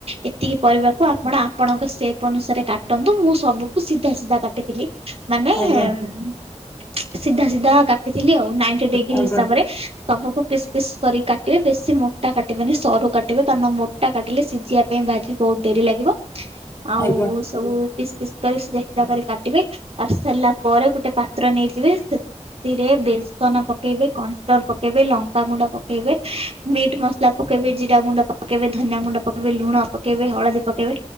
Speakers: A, on the right; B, on the left.
A: ଏତିକି ପରିବାକୁ ଆପ୍ ପଣ ଆପଣଙ୍କ ସେପ୍ ଅନୁସାରେ କାଟନ୍ତୁ। ମୁଁ ସବୁକୁ ସିଧା ସିଧା କାଟିଥିଲି। ମାନେ
B: ଆଜ୍ଞା।
A: ଉଁ ସିଧା ସିଧା କାଟିଥିଲି ଆଉ। ନାଇଣ୍ଟି ଡିଗ୍ରୀସ୍
B: ଆଜ୍ଞା ଆଜ୍ଞା ଆଜ୍ଞା ଆଜ୍ଞା ଆଜ୍ଞା ଆଜ୍ଞା ଆଜ୍ଞା ଆଜ୍ଞା ଆଜ୍ଞା ଆଜ୍ଞା ଆଜ୍ଞା ଆଜ୍ଞା ଆଜ୍ଞା
A: ରେ ସବୁକୁ ପିସ୍ ପିସ୍ କରି କାଟିବେ। ବେଶି ମୋଟା କାଟିବେନି ସରୁ କାଟ୍ କାଟିବେ କାରଣ ମୋଟା କାଟିଲେ ସିଝିଆ ପାଇଁ ଭାଜିି ବହୁତ ଡେରି ଲାଗିବ। ଆଉ
B: ଆଜ୍ଞା
A: ସବୁ ପିସ୍ ପିସ୍ କରି ସିଧା କରି କାଟିବେ। କାଟି ସାରିଲା ପରେ ଗୋଟେ ପାତ୍ର ନେଇଯିବେ, ସେଥିରେ ବେସନ ପକେଇବେ। କନଫ୍ଲୋର୍ ପକେଇବେ, ଲଙ୍କାଗୁଣ୍ଡ ପକେଇବେ, ମିଟ୍ ମସଲା ପକ୍ କେଇବେ, ଜିରା ଗୁଣ୍ଡ ପକେଇବେ, ଧନିଆ ଗୁଣ୍ଡ ପକେଇବେ, ଲୁଣ ପକେଇବେ, ହଳଦୀ ପକେଇବେ